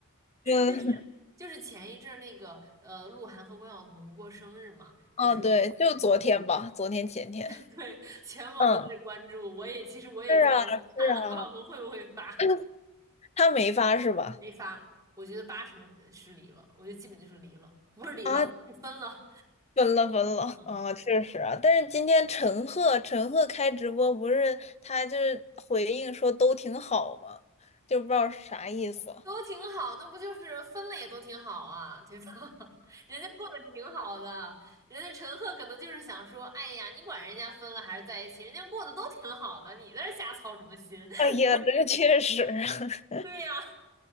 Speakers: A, on the left; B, on the right.
A: 嗯，
B: 就是就是前一阵儿那个呃，鹿晗和关晓彤过生日嘛，
A: 哦，
B: 不是也是
A: 对，就昨天吧，
B: <laughs>
A: 昨天前天。
B: 对，全网都在关注。
A: 嗯，
B: 我也其实我也在看关晓彤会不会发，
A: 是啊，是啊，<coughs> 他没发是吧？
B: 没发。我觉得八成是离了，我觉得基本就是离了，不是离了，
A: 啊，
B: 是分了。
A: 分了分了啊，
B: 嗯，对。
A: 确实啊。但是今天陈赫，陈赫开直播不是他就是回应说都挺好嘛，就不知道是啥意思。
B: 都挺好，那不就是分了也都挺好啊，对吧？<laughs> 人家过得挺好的，人家陈赫可能就是想说，哎呀，你管人家分了还是在一起，人家过得都挺好的，你在这瞎操什么心？
A: <laughs>
B: <laughs>
A: 哎呀，这个确实，<laughs>
B: 对呀，